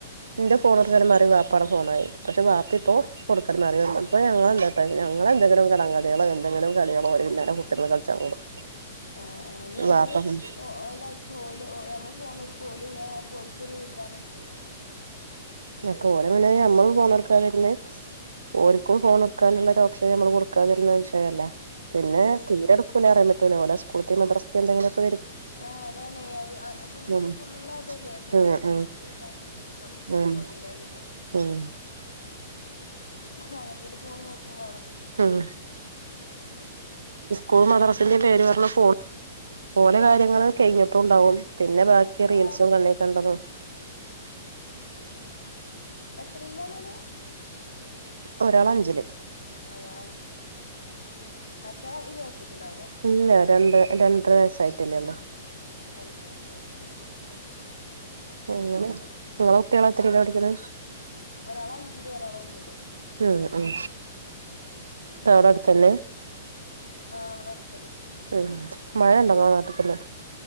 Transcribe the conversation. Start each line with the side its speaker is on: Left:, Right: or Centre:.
Right: എന്റെ ഫോണ് <unintelligible> മാറി ബാപ്പാന്റെ ഫോണായി പഷേ ബാപ്പയിപ്പോ
Left: ആഹ്
Right: കൊടുക്കല് <unintelligible> പ്പൊ ഞങ്ങളെന്താട്ടാ ഞങ്ങളെന്തെങ്കിലും കടംകഥകളോ എന്തെങ്കിലും കളികളോ ഓരേ പിന്നാലെ കുട്ടികളെ കളിച്ചാൻ കൂടും
Left: ആ ആ അതെ മ്മള്
Right: വാപ്പ
Left: ഓ കഴിച്ച് ഓയില് ഒ നമ്മള് ഫോണെടു ത് ങ്ങനെ ആകുമ്പോ ഓൽക്കൊരു താണ്
Right: പ്പോലമ്മലയ മ്മളും ഫോണെടുക്കാതിരുന്നേ ഓൽക്കോ ഫോൺ കൊടുക്കാനുള്ള ഓപ്ഷൻ നമ്മള് കൊടുക്കാതിരുന്ന ശ്യയ്യല്ല പിന്നെ
Left: ആ
Right: തീരെ
Left: ആ
Right: എടുക്കൂല റ ത് ലോല സ്കൂളിത്തെ മദ്രസ്ത്തെ <unintelligible>
Left: ആഹ്അതാണേ അത് ഫുള്ള്ക്ക്
Right: ഉം
Left: ഫുള്ള് അ ത് ലെ
Right: ഉം
Left: സ്കൂൾ
Right: ഉം
Left: ത്തിം മദ്രസ്ത്തിംഒക്കെ
Right: ഉം
Left: ഫോണിലാ വര്വ
Right: ഉം
Left: അങ്ങൻത്തേന് ഫോണ് നോക്കും വേണം
Right: ഉം സ്കൂൾ മദ്ര തിന്റെ പേര് പറഞ്ഞ് ഫോൺ ഓലെ കാര്യങ്ങള് കെഴിഞ്ഞിട്ടുണ്ടാവും പിന്നെ ബാക്കി റീൽസും
Left: ആ
Right: കണ്ണികണ്ടതും
Left: എത്രെയിലാണോല്
Right: ഒരാള് അഞ്ച്ല്
Left: അയാള് അഞ്ച്ല് ഒരാള് മൂന്ന്ല് മറ്റോയെ <unintelligible> യ് ചേർത്തീട്ടുണ്ടാ
Right: ഇല്ലേ രണ്ട് രണ്ടര വയസ്സായിട്ടല്ലെ ഒളളു
Left: രണ്ടര വയസ്സായ്ട്ടൊള്ളു ഏ
Right: അങ്ങനെ ഇങ്ങളെ കുട്ട്യേള് എത്രീലാ
Left: ഏ
Right: പഠിക്ക്ണെ
Left: ഒരാള് അഞ്ചിലും ഒരാള് ഒന്നിലും
Right: ഉം ഉം അവ്ടെ അട്ത്തെന്നെ
Left: ആഹ് ഇവടെ അട്ത്തന്നെ
Right: ഉം മഴണ്ടോ ഇങ്ങളെ നാട്ട്ല്